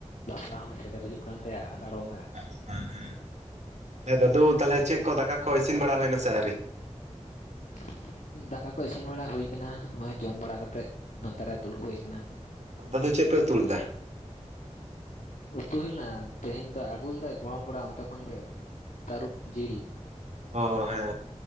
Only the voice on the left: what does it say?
ᱵᱟᱯᱞᱟ ᱦᱚᱸᱭ ᱥᱮᱴᱮᱨ ᱦᱩᱭᱩᱜ ᱠᱟᱱ ᱛᱟᱭᱟ ᱟᱥᱟᱲ ᱵᱚᱸᱜᱟ
<inaudible> ᱫᱟᱠᱟ ᱠᱚ ᱤᱥᱤᱱ ᱵᱟᱲᱟ ᱦᱩᱭ ᱠᱟᱱᱟ ᱱᱚᱜᱼᱚᱭ ᱡᱚᱢ ᱵᱟᱲᱟ ᱠᱟᱛᱮ ᱱᱚᱛᱮᱨᱮ ᱫᱩᱲᱩᱵ ᱦᱩᱭ ᱠᱟᱱᱟ
ᱩᱛᱩ ᱦᱳᱭ ᱞᱮᱱᱟ ᱛᱮᱦᱤᱧ ᱫᱚ ᱟᱜᱩ ᱞᱫᱟᱭ ᱜᱚᱲᱚᱢ ᱠᱚᱲᱟ ᱚᱱᱛᱮ ᱠᱷᱚᱱ ᱜᱮ ᱛᱟᱹᱨᱩᱵᱽ ᱡᱤᱞ